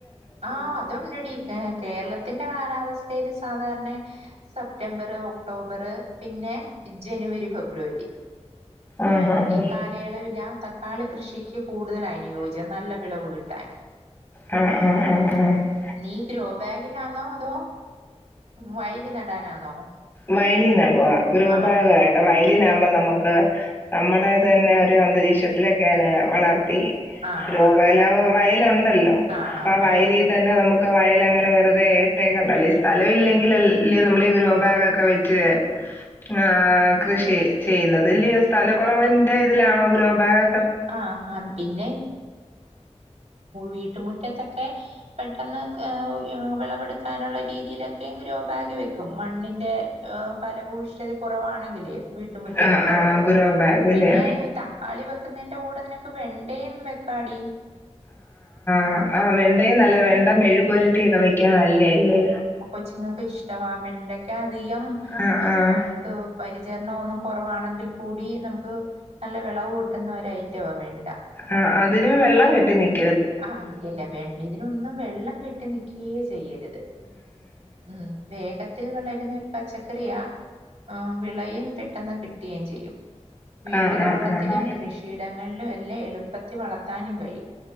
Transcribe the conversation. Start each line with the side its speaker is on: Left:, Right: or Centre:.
Right: ആഹ അതുണ്ടടി കേരളത്തിന്റെ കാലാവസ്ഥയിൽ സാധാരണ സെപ്റ്റംബറ് ഒക്ടോബറ് പിന്നെ ജനുവരി ഫെബ്രുവരി
Left: ആഹ്
Right: ആഹ
Left: ആഹ്
Right: ഈ കാലയളവിലാ തക്കാ- തക്കാളി കൃഷിക്ക് കൂടുതൽ അനുയോജ്യം നല്ല വിളവ് കിട്ടാൻ
Left: മ് മ് മ് മ് <inaudible>
Right: നീ ഗ്രോ ബാഗിലാന്നോ അതോ വയലി നടാനാന്നോ
Left: വയലി നടുവാ ഗ്രോബാഗ്
Right: ആഹ്
Left: വയലിലാകുമ്പോ നമുക്ക് നമ്മുടേ തന്നെ ഒരു അന്തരീക്ഷ ലൊക്കെ വളർത്തി
Right: ആഹ്
Left: ഗ്രോബോഗേലോ
Right: ആഹ്
Left: വയലുണ്ടല്ലോ
Right: ആഹ്
Left: അപ്പ
Right: ആഹ്
Left: ആ വയലി
Right: ആഹ്
Left: തന്നെ നമുക്ക് വയൽ അങ്ങനെ വെറുതെ ഇട്ടേക്കണ്ടല്ലോ ഈ സ്ഥലമില്ലെങ്കിൽ അൽ ലെ നമ്മള് ഈ ഗ്രോബാഗ് ഒക്കെ വെച്ച് ആഹ കൃഷി ചെയ്യുന്നത് ഇല്ലയോ സ്ഥല കുറവിന്റെ ഇതിലാണോ ഗ്രോബാഗ്
Right: ആഹാ ഹാ പിന്നെ വീട്ടുമുറ്റത്തൊക്കെ പെട്ടെന്ന് വിളവെടുക്കാനുള്ള രീതിയിലൊക്കെ ഗ്രോ ബാഗ് വെക്കും മണ്ണിൻ്റെ ഫലഭൂയിഷ്ടതി കുറവാണെങ്കിലേ വീട്ടുമുറ്റത്തൊക്കെ
Left: ആഹ് ആഹ് ഗ്രോ ബാഗ്
Right: പിന്നെ
Left: അല്ലേ?
Right: ഈ തക്കാളി വെക്കുന്നതിന്റെ കൂടെ നിനക്ക് വെണ്ടയും വെക്കാടി
Left: ആഹ ആഹ വെണ്ടയും നല്ല വെണ്ട മെഴുക്കുപുരട്ടി ഒക്കെ വെക്കാൻ നല്ലേല്ലേ
Right: കൊച്ചങ്ങക്ക് ഇഷ്ടവാ വെണ്ടക്ക അധികം
Left: ആഹ് ആഹ്
Right: നമുക്ക് പരിചരണം ഒന്നും കുറവാണെങ്കിൽ കൂടി നമുക്ക് നല്ല വിളവ് കിട്ടുന്ന ഒരു ഐറ്റാ വെണ്ട
Left: ആഹ് അതിനും വെള്ളം കെട്ടി നിക്കും
Right: ആഹ് ഇല്ലല്ല വെണ്ടേതിനൊന്നും വെള്ളം കെട്ടി നിക്കയേ ചെയ്യരുത് ഉം വേഗത്തിൽ വളരുന്ന ഒരു പച്ചക്കറിയാ വിളയും പെട്ടെന്ന് കിട്ടുകയും ചെയ്യും വീട്ടുതോട്ടത്തിലും
Left: ആഹ് ആഹ് ആഹ്
Right: കൃഷി യിടങ്ങളിലും എല്ലാം എളുപ്പത്തിൽ വളർത്താനും കഴിയും